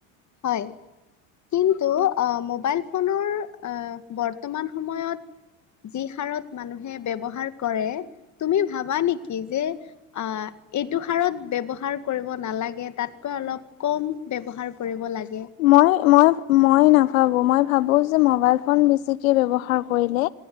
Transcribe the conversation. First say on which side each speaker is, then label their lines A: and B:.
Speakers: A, on the left; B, on the left.
A: হয়। কিন্তু অ মোবাইল ফোনৰ অ বৰ্তমান সময়ত যি হাৰত মানুহে ব্যৱহাৰ কৰে তুমি ভাবা নেকি যে আহ এইটো হাৰত ব্যৱহাৰ কৰিব নালাগে, তাতকৈ অলপ কম ব্যৱহাৰ কৰিব লাগ
B: মই, মই মই নাভাবোঁ, মই ভাবোঁ যে মবাইল ফোন বেছিকে ব্যৱহাৰ কৰিলে,